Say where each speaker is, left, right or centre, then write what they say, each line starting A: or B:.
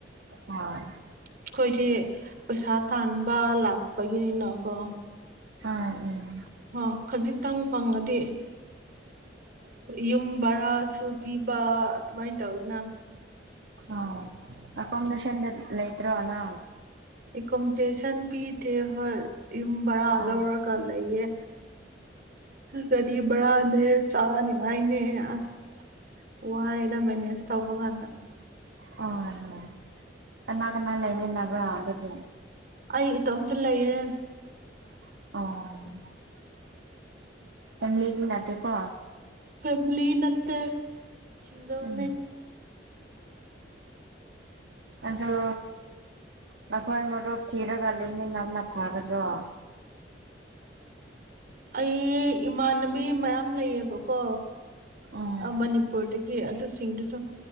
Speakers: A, on the right; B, on the right.
A: ꯑ
B: ꯑꯩꯈꯣꯏꯗꯤ ꯄꯩꯁꯥ ꯇꯥꯟꯕ ꯂꯥꯛꯄꯒꯤꯅꯤꯅꯀꯣ
A: ꯑꯥ ꯎꯝ
B: ꯑ ꯈꯖꯤꯛꯇꯪ ꯐꯪꯉꯗꯤ ꯌꯨꯝ ꯕꯔꯥꯁꯨ ꯄꯤꯕ ꯑꯗꯨꯃꯥꯏꯅ ꯇꯧꯋꯅ
A: ꯑꯣ ꯑꯀꯣꯃꯤꯗꯦꯁꯟꯗ ꯂꯩ ꯂꯩꯇ꯭ꯔꯣꯅꯥ
B: ꯑꯦꯣꯗꯦꯁꯟ ꯄꯤꯗꯦ ꯍꯣꯏ ꯌꯨꯝ ꯕꯔꯥ
A: ꯑꯣ
B: ꯂꯧꯔꯒ ꯂꯩꯌꯦ ꯀꯔꯤ ꯕꯔꯥꯅꯦ ꯆꯥꯅꯤꯡꯉꯥꯏꯅꯦ ꯑꯁ ꯋꯥꯏꯅ ꯃꯦꯅꯦꯖ ꯇꯧꯕ ꯀꯥꯟꯗ
A: ꯍ ꯍꯣꯏ ꯀꯅꯥ ꯀꯅꯥ ꯂꯩꯃꯤ ꯅꯕ꯭ꯔꯥ ꯑꯗꯨꯗꯤ
B: ꯑꯩ ꯏꯇꯣꯝꯇ ꯂꯩꯌꯦꯦ
A: ꯑꯣ ꯐꯃꯤꯂꯤꯗꯤ ꯅꯅꯥꯇꯦꯀꯣ
B: ꯐꯦꯂꯤ ꯅꯠꯇ ꯁꯤꯁꯤꯡꯒꯜ
A: ꯎꯝ ꯑꯗ ꯅꯈꯣꯏ ꯃꯔꯨꯞ ꯊꯤꯔꯒ ꯂꯩꯃꯤꯟ ꯅꯝꯅ ꯐꯒꯗ꯭ꯔꯣ
B: ꯑꯩ ꯏꯃꯥꯟꯅꯕꯤ ꯃꯌꯥꯝ ꯂꯩꯌꯦꯕꯀꯣ
A: ꯎꯝ
B: ꯃꯅꯤꯄꯨꯔꯗꯒꯤ ꯑꯗꯨꯁꯤꯡꯗꯨꯁꯨ